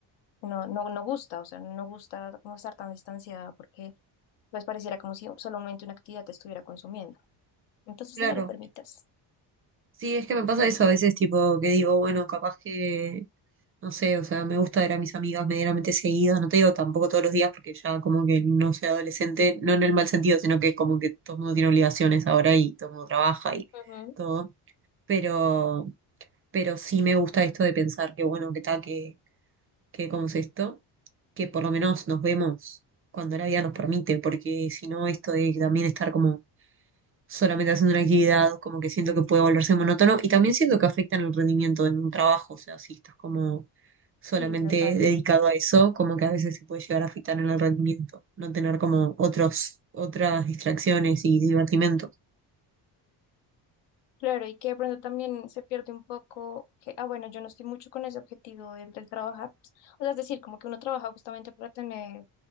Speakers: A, on the left (about 80°); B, on the right (about 30°).
A: no, no, no gusta, o sea, no gusta como estar tan distanciada porque pues pareciera como si solamente una actividad te estuviera consumiendo. Entonces
B: claro.
A: no lo permitas.
B: Sí, es que me pasa eso a veces, tipo, que digo, bueno, capaz que, no sé, o sea, me gusta ver a mis amigas medianamente seguidas, no te digo tampoco todos los días, porque ya como que no soy adolescente, no en el mal sentido, sino que como que todo el mundo tiene obligaciones ahora y todo el mundo trabaja y
A: Ujú.
B: todo, pero, pero sí me gusta esto de pensar que, bueno, que tal, que, que, ¿cómo es esto? Que por lo menos nos vemos cuando la vida nos permite, porque si no, esto de también estar como solamente haciendo una actividad, como que siento que puede volverse monótono y también siento que afectan el rendimiento en un trabajo, o sea, si estás como solamente
A: Y total.
B: dedicado a eso, como que a veces se puede llegar a afectar en el rendimiento, no tener como otros, otras distracciones y divertimentos.
A: Claro, y que de pronto también se pierde un poco que, ah, bueno, yo no estoy mucho con ese objetivo del, del trabajar. pues, o sea, es decir, como que uno trabaja justamente para tener